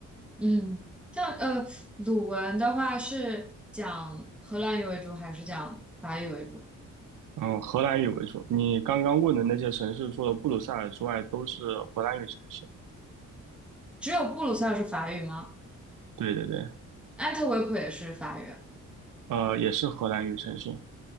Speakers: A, in the centre; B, on the right.
A: 嗯，像呃，鲁文的话是讲荷兰语为主还是讲法语为主？
B: 嗯，荷兰语为主。你刚刚问的那些城市，除了布鲁塞尔之外，都是荷兰语城市。
A: 只有布鲁塞尔是法语吗？
B: 对对对，
A: 安特卫普也是法语？
B: 呃，也是荷兰语城市。